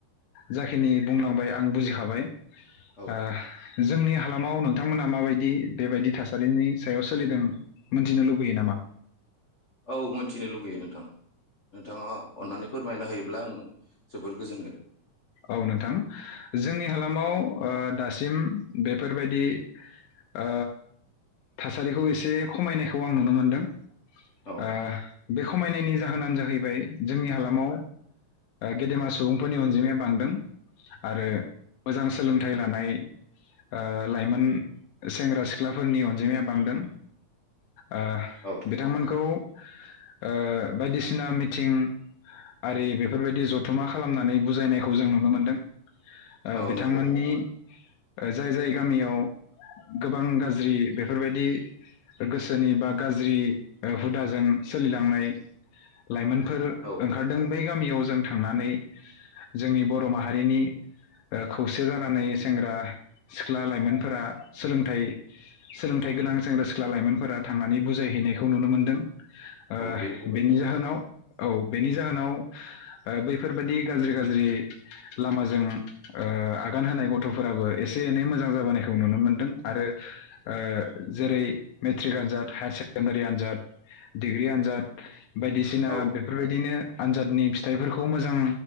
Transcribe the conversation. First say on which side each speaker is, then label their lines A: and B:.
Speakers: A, on the left; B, on the left.
A: जाखिनि बुंलांबाय आं बुजिखाबाय
B: औ
A: अह जोंनि हालामाव नोंथांमोना माबायदि बेबायदि थासारिनि सायाव सोलिदों मोनथिनो लुबैयो नामा
B: औ मोनथिनो लुगैयो नोंथां। नोंथाङा अन्नानै फोरमायना होयोब्लां जोबोर गोजोनगोन।
A: औ नोंथां जोंनि हालामाव ओ दासिम बेफोरबायदि ओ थासारिखौ एसे खमायनायखौ आं नुनो मोनदों।
B: औ
A: आह बे खमायनायनि जाहोनानो जाहैबाय जोंनि हालामाव गेदेमा सुबुंफोरनि अनजिमाया बांदों आरो मोजां सोलोंथाइ लानाय ओ लाइमोन सेंग्रा सिख्लाफोरनि अनजिमाया बांदों अह
B: औ
A: बिथांमोनखौ अ बायदिसिना मिथिं आरि बेफोरबायदि जथुमा खालामनानै बुजायनाय खौ जों नुनो मोनदों। ओ
B: औ
A: बिथांमोननि
B: नंगौ
A: जाय जाय गामियाव गोबां गाज्रि बेफोरबायदि गोसोनि बा गाज्रि ओ हुदाजों सोलिलांनाय लाइमोनफोर
B: औ
A: ओंखारदों बै गामियाव जों थांनानै जोंनि बर' माहारिनि अ खौसे जानानै सेंग्रा सिख्ला लाइमोनफोरा सोलोंथाइ सोलोंथाइ गोनां सेंग्रा सिख्ला लाइमोनफोरा थांनानै बुजायहैनायखौ नुनो मोनदों। ओ
B: औ बे जोबोर
A: बेनि
B: मोजां
A: जाहोनाव
B: जादों
A: औ बेनि जाहोनाव ओ बैफोरबायदि गाज्रि गाज्रि
B: औ
A: लामाजों अ आगान होनाय गथ' फोराबो एसे एनै मोजां जाबोनायखौ नुनो मोनदों आरो ओ जेरै मेट्रिक आनजाद, हायार सेकेण्डारि आनजाद, डिग्रि आनजाद बायदिसिना
B: औ
A: बेफोरबायदिनो आनजादनि फिथाइफोरखौ मोजां